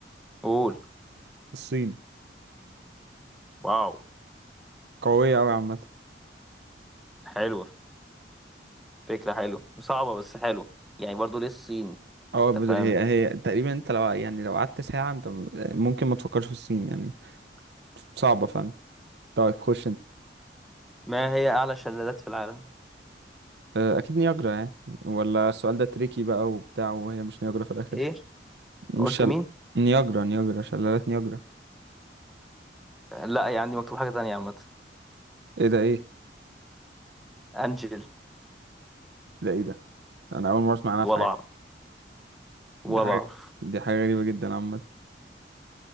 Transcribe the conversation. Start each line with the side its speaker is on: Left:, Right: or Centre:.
Centre: قول
Right: الصين
Centre: واو
Right: قوية أوي عامة
Centre: حلوة فكرة حلوة وصعبة بس حلوة يعني برضو ليه الصين
Right: اه بز-
Centre: انت فاهم
Right: هي هي تقريبا انت لو يعني لو قعدت ساعة انت م- ممكن ما تفكرش في الصين يعني صعبة فعلا طيب خش انت
Centre: ما هي أعلى شلالات في العالم
Right: آه، اكيد نياجرا يعني ولا السؤال ده تريكي بقى وبتاع وهي مش نياجرا في الاخر
Centre: ايه
Right: مش
Centre: قلت
Right: شل...
Centre: مين
Right: نياجرا نياجرا شلالات نياجرا
Centre: لا هي عندي مكتوب حاجة تانية عامة
Right: ايه ده ايه
Centre: أنجل
Right: ده ايه ده انا اول مرة اسمع عنها
Centre: ولا
Right: في حياتي
Centre: أعرف ولا
Right: دي حاجة
Centre: أعرف
Right: دي حاجة غريبة جدا عامة